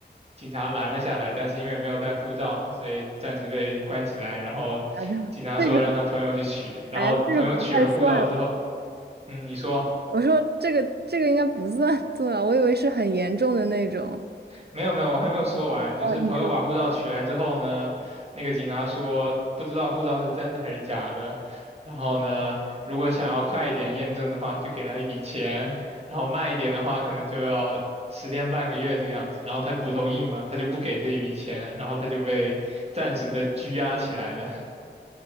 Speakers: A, on the right; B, on the right.
A: 警察拦了下来，但是因为没有带护照，所以暂时被关起来。然后警察说让他朋友去取，
B: 啊，这这个，
A: 然后朋友取了护照之后，
B: 哎呀，这个不太算。
A: 嗯，你说。
B: 我说这个这个应该不算做啊，我以为是很严重的那种。
A: 没有没有，我还没有说完。就是朋友把护照取来之后呢，
B: 哦，你说
A: 那个警察说不知道护照是真的还是假的。然后呢，如果想要快一点验证的话，就给他一笔钱；然后慢一点的话，可能就要十天半个月这个样子。然后他骨头硬嘛，他就不给这一笔钱，然后他就被暂时的拘押起来了。<laughs>